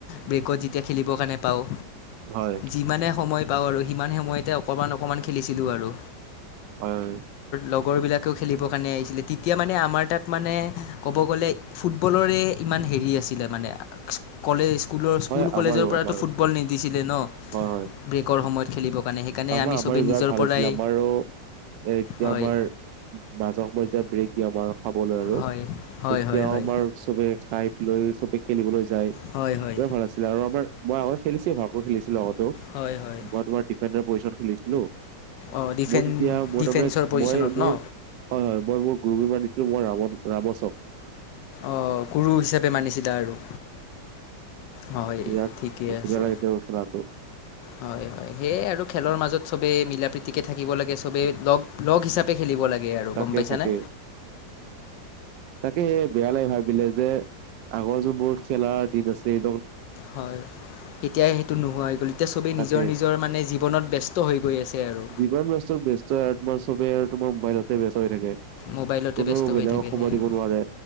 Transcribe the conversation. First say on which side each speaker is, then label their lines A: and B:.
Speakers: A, on the left; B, on the right.
A: ব্ৰেকত যেতিয়া খেলিবৰ কাৰণে পাওঁ
B: হয়
A: যিমানে সময় পাও সিমান সময়তে অকমান অক খেলিছিলো আৰু
B: হয় হয়
A: লগৰ বিলাকেও খেলিবৰ কাৰণে আহিছিলে তেতিয়া মানে আমাৰ তাত মানে ক'ব গ'লে ফুটবলৰে ইমান হেৰি আছিলে মানে কলেজ স্কুলৰ স্কুল
B: হয়
A: কলেজৰ
B: আমাৰো
A: পৰাতো
B: আমাৰো
A: ফুটবল নিদিছিলে ন
B: হয় হয়।
A: ব্ৰেকৰ সময়ত খেলিব। মানে সেই কাৰণে
B: আমাৰ
A: আমি
B: আমাৰ
A: চবেই
B: বিৰাট
A: নিজৰ
B: ভাল
A: পৰাই
B: আছিলে আমাৰো এ এতিয়া
A: হয়
B: আমাৰ মাজৰ মজিয়া ব্ৰেক দিয়ে আমাৰ খাবলৈ আৰু
A: হয় হয়
B: তেতিয়াও
A: হয় হয়
B: আমাৰ চবে খাই লৈ চবে খেলিবলৈ যায়
A: হয় হয়
B: ব ভাল আছিলে আৰু আমাৰ মই আগতে খেলিছিলো খেলিছিলো আগতেও
A: হয় হয়
B: মই তোমাৰ বেদব্ৰত পইচা খেলিছিলো
A: অ ডিফে
B: মোৰ তেতিয়া মোৰ
A: ডিফেন্সৰ
B: তাৰমানে
A: পজিচনত
B: মই মোৰ
A: ন
B: হয় হয় মই মোৰ গুৰু মানি দিছিলো মই ৰাম ৰামচক
A: আহ গুৰু হিচাপে মানিছিলা আৰু হয়
B: বিয়াত
A: ঠিকে
B: ধুনীয়া
A: আছে
B: লাগে তেও খেলাটো
A: হয় হয় সেয়ে আৰু খেলৰ মাজত সবে মিলা প্ৰতিকে থাকিব লাগে সবেই লগ লগ হিচাপে খেলিব লাগে সি আৰু
B: তাকে
A: গম পাইছা
B: তাকে
A: নে
B: তাকে বেয়া লাগে ভাবিলে যে আগৰ যোনবোৰ মোৰ খেলাৰ দিন আছে সেই
A: হয় এতিয়া সেইটো নোহোৱা হৈ গ'ল এতিয়া চবেই
B: তাকে
A: নিজৰ নিজৰ মানে জীৱনত ব্যস্ত হৈ গৈ আছে আৰু
B: যিমান ব্যস্ত ব্যস্ত আৰু তোমাৰ চবেই আৰু তোমাৰ মোবাইলতে ব্যস্ত হৈ থাকে
A: মোবাইলতে
B: কোনো
A: ব্যস্ত
B: বেলেগক
A: হৈ থাকে
B: সময়
A: সেয়াই
B: দিব নোৱাৰে